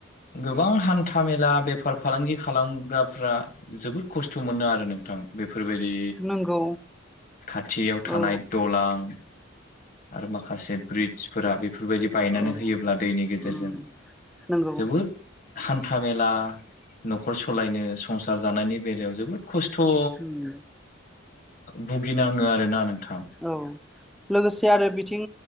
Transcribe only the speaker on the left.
गोबां हान्था मेला बेफार फालांगि खालामग्राफ्रा जोबोद खस्थ' मोनो आरो नोंथां। बेफोरबायदि
खाथियाव
थानाय दलां आरो माखासे ब्रिडजफोरा बेफोरबादि बायनानै
होयोब्ला दैनि गेजेरजों
जोबोद हान्था मेला न'खर सलायनो संसार जानायनि बेलायाव जोबोद खस्थ' ओ
भुगिनाङो आरोना नोंथां।